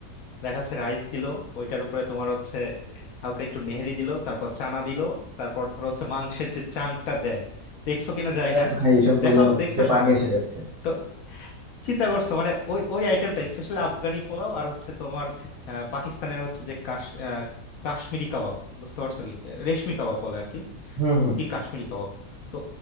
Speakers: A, on the left; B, on the right.
A: দেখাচ্ছে রাইস দিলো ওইটার উপরে তোমার হচ্ছে হালকা একটু নেহেরি দিলো তারপর চানা দিলো তারপর ধরো হচ্ছে মাংসের যে চাংটা দেয় দেখছো কিনা যায়
B: আরে
A: না
B: ভাই এসব
A: দেখাও
B: বললো না
A: দেখছো
B: যে পানি
A: সম্ভবত
B: এসে যাচ্ছে
A: তো চিন্তা করছো মানে ওই ওই আইটেমটা স্পেশালি আফগানি পোলাও আর হচ্ছে তোমার আহ, পাকিস্তানের হচ্ছে যে কাশ আহ, কাশ্মীরি কাবাব বুঝতে পারছো কি রেশমি কাবাব বলে আর কি
B: হম
A: কি কাশ্মীরি কাবাব তো